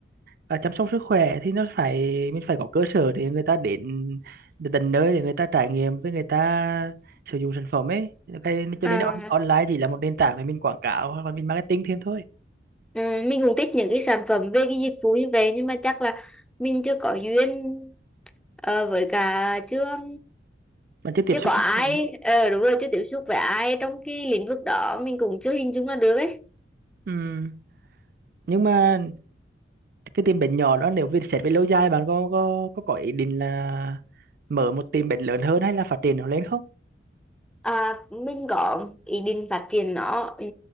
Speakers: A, on the right; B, in the centre.
A: à, chăm sóc sức khỏe thì nó phải mình phải có cơ sở để người ta đến đến tận nơi để người ta trải nghiệm với người ta sử dụng sản phẩm ấy cái cho
B: à
A: nên on, online chỉ là một nền tảng để mình quảng cáo hoặc là mình marketing thêm thôi
B: ừ, mình cũng thích những cái sản phẩm về cái dịch vụ như vậy nhưng mà chắc là mình chưa có duyên ờ, với cả chưa
A: mà chưa tiếp
B: chứ
A: xúc
B: có ai
A: với người.
B: ờ đúng rồi chưa tiếp xúc với ai trong cái lĩnh vực đó mình cũng chưa hình dung ra được ấy
A: Ừ. Nhưng mà cái tiệm bánh nhỏ đó nếu về xét về lâu dài bạn có có có có ý định là mở một tiệm bánh lớn hơn hay là phát triển nó lên không?
B: À, mình có ý định phát triển nó ừ,